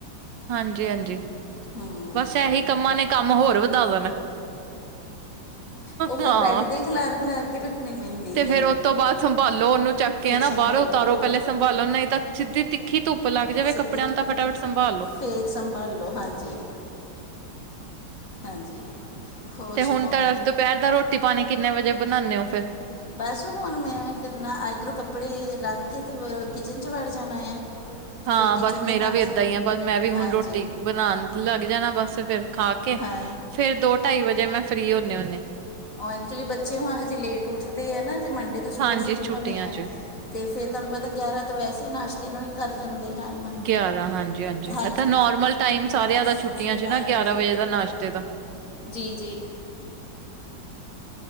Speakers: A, on the right; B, on the left.
A: ਹਾਂਜੀ, ਹਾਂਜੀ।
B: ਹੂੰ।
A: ਬਸ ਇਹੀ ਕੰਮਾਂ ਨੇ, ਕੰਮ ਹੋਰ ਵਧਾ ਦੇਣਾ।
B: ਉਹ ਫੇਰ
A: ਹਾਂ
B: ਬੈਡ ਦੇ ਖਿਲਾਰ, ਖਿਲਾਰ ਕੇ ਰੱਖਣੇ ਪੈਂਦੇ
A: ਤੇ ਫੇਰ
B: ਆ।
A: ਉਹ ਤੋਂ ਬਾਅਦ ਸੰਭਾਲੋ ਉਹਨੂੰ ਚੱਕ ਕੇ
B: ਫਿਰ
A: ਹੈਨਾ,
B: ਸੰਭਾਲੋ
A: ਬਾਹਰੋਂ ਉਤਾਰੋ
B: ਉਹ
A: ਪਹਿਲੇ ਸੰਭਾਲੋ ਨਹੀਂ ਤਾਂ, ਸਿੱਧੀ ਤਿੱਖੀ ਧੁੱਪ ਲੱਗ ਜਾਵੇ
B: ਸਿੱਧੀ
A: ਕੱਪੜਿਆਂ ਨੂੰ
B: ਧੁੱਪ
A: ਤਾਂ ਫਟਾਫਟ ਸੰਭਾਲੋ।
B: ਫਿਰ ਸੰਭਾਲੋ, ਹਾਂਜੀ- ਹਾਂਜੀ। ਹੋਰ
A: ਤੇ
B: ਸੁਣਾਓ
A: ਹੁਣ ਤਾਂ ਦੁਪਹਿਰ ਦਾ, ਰੋਟੀ ਪਾਣੀ ਕਿੰਨੇਂ ਵਜੇ ਬਣਾਨੇ ਉ ਫੇ?
B: ਬਸ ਹੁਣ ਮੈਂ ਕਿਦਨਾ ਇੱਧਰੋਂ ਕੱਪੜੇ ਰੱਖ ਕੇ, ਤੇ ਫਰ ਕਿਚਨ 'ਚ ਵੜ ਜਾਣਾ ਆ। ਤੇ
A: ਹਾਂ,
B: ਫਿਰ ਕਿਚਨ
A: ਬਸ
B: ਦੇ
A: ਮੇਰਾ
B: ਕੰਮ
A: ਵੀ ਏਦਾਂ
B: ਸ਼ੁਰੂ
A: ਹੀ ਐ, ਬਸ ਮੈਂ ਵੀ
B: ਹਾਂਜੀ
A: ਹੁਣ ਰੋਟੀ ਬਣਾਨ ਲੱਗ ਜਾਣਾ, ਬਸ ਫੇਰ ਖਾ ਕੇ
B: ਹਾਂ
A: ਫੇਰ ਦੋ ਢਾਈ ਵਜੇ, ਮੈਂ ਫ੍ਰਰੀ ਹੁੰਨੇ ਹੁੰਨੇ।
B: ਉਹ ਐਕਚੁਲੀ ਬੱਚੇ ਹੁਣ ਹਜੇ ਲੇਟ ਉੱਠਦੇ ਆ ਨਾ, ਜੇ ਮੰਡੇ ਤੋਂ ਸਕੂਲ
A: ਹਾਂਜੀ
B: ਸ਼ੁਰੂ
A: ਛੁੱਟੀਆਂ
B: ਹੋਣੇ ਆ।
A: ਚ।
B: ਤੇ ਫੇਰ ਤੁਹਾਨੂੰ ਪਤਾ, ਗਿਆਰਾਂ ਤੋਂ ਵੈਸੇ ਹੀ ਨਾਸ਼ਤੇ ਨੂੰ ਵੀ ਕਰ ਜਾਂਦੇ ਟਾਈਮ,
A: ਗਿਆਰਾਂ ਹਾਂਜੀ-ਹਾਂਜੀ
B: ਹਾਂਜੀ
A: ਇਹ ਤਾਂ ਨੋਰਮਲ ਟਾਈਮ
B: ਤੇ
A: ਸਾਰਿਆਂ
B: ਬਸ,
A: ਦਾ ਛੁੱਟੀਆਂ
B: ਉਸ ਤੋਂ
A: ਚ
B: ਬਾਅਦ
A: ਨਾ ਗਿਆਰਾਂ
B: ਫਿਰ
A: ਵਜੇ ਦਾ ਨਾਸ਼ਤੇ ਦਾ।
B: ਜੀ ਜੀ।